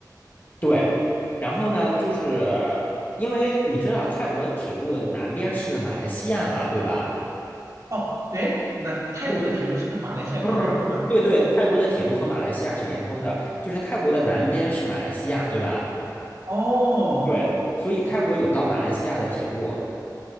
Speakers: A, on the left; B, on the right.
A: 对，然后呢，就是因为你知道泰国铁路南边是马来西亚嘛，对吧？
B: 哦，哎，那泰国的铁路是跟马来西亚连通的吗？
A: 不是，不是。对对，泰国的铁路和马来西亚是连通的，就是泰国的南边是马来西亚，对吧？
B: 哦，
A: 对，所以泰国有到马来西亚的铁路，